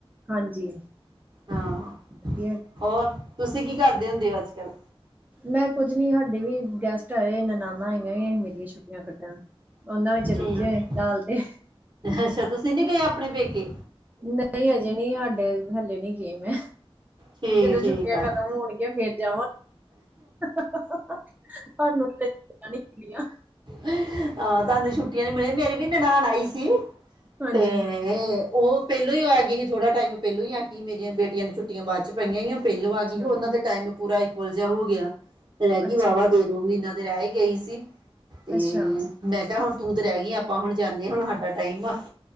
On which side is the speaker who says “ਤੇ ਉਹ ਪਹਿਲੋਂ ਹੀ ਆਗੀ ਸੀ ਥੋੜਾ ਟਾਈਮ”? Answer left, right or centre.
Right